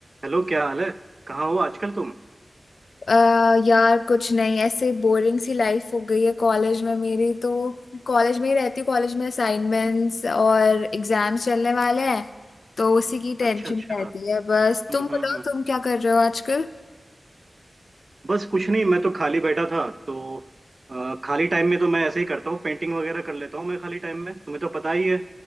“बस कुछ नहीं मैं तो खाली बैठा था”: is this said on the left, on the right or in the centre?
Right